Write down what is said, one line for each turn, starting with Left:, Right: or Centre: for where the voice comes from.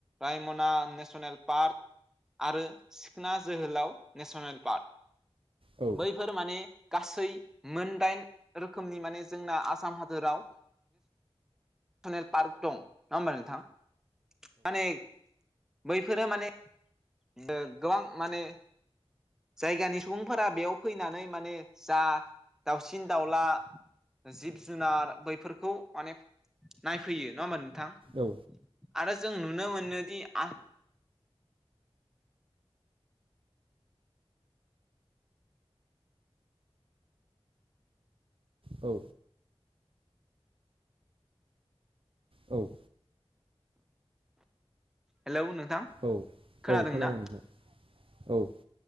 Centre: Raimona national park. आरो सिखना जोहोलाव नेस'नेल पार्क,
Right: औ
Centre: बै फोर माने गासै मोनदाइन रोखोमनि माने जोंना आसाम हादोराव नेस'नेल पार्क दं नङा होमबा नोंथां? माने बैफोरो माने ओ गोबां माने जायगानि सुबुंफोरा बेयाव फैनानै माने जा दाउसिन दाउला जिब जुनार बैफोरखौ माने नायफैयो नङा होमबा नोंथां?
Right: औ।
Centre: आरो जों नुनो मोनोदि आ
Right: औ। औ‌।
Centre: <inaudible> हेलौ नोंथां!
Right: औ
Centre: खोनादोंना
Right: औ खोनादों नोंथां औ।